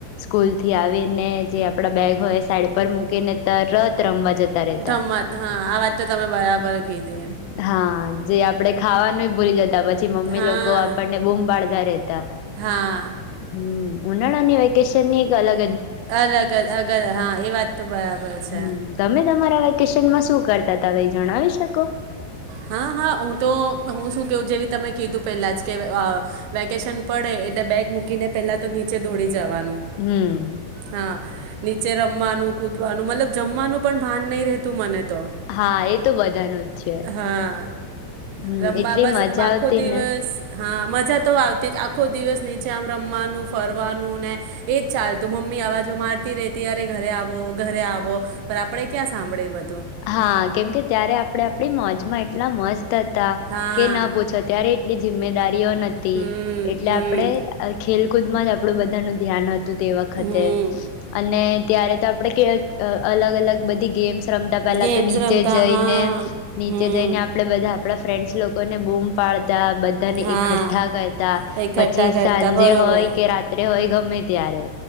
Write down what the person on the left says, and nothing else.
સ્કૂલથી આવીને જે આપડા બેગ હોય સાઈડ પર મૂકીને તરત રમવા જતા રહેતા
હા, જે આપડે ખાવાનુંય ભૂલી જતા પછી મમ્મી
લોકો આપડને બૂમ પાડ - તા રેતા.
હમ્મ, ઉનાળની વેકે શનની એક અગલ
હમ તમે તમારા વેકેશનમાં શું કરતા તા કઈ જણાવી શકો?
હમ
હા, એ તો બધાંનું જ છે.
હમ
એટલી
મજા
આવતી
ને
હા, કેમકે ત્યારે આપરે આપડી મોજમાં એટલા મસ્ત હતા
કે ન પૂછો ત્યારે કે જીમ્મેદારી રિયો નતી
એટલે
આપડે ખેલકૂદમાં જ આપડું બધાનું ધ્યાન હત તે વખતે
અને ત્યારે તો આપડે કે અલગ અલગ બધી ગેમ્સ રમ પેલા
તો નીચે
જઈને,
નીચે
જઈને આપડે બધા ફ્રેન્ડસ લોકોને બૂમ પાડ તા બંધાને
એકઠ્ઠા કરતા,
પછી
સાંજે
હોય કે રાત્રે હોય ગમે ત્યારે